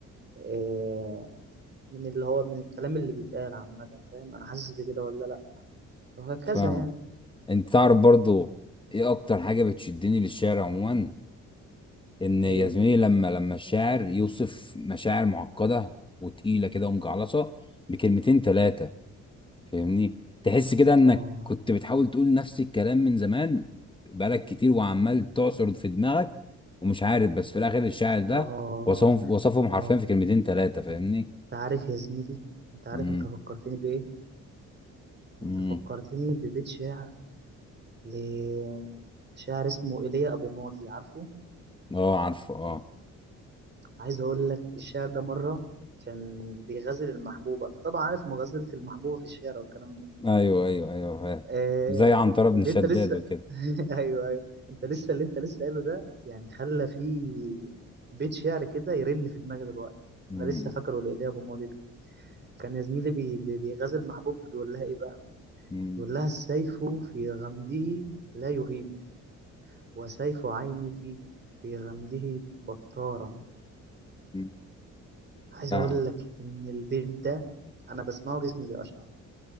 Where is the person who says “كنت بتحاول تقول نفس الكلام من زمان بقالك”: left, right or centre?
Left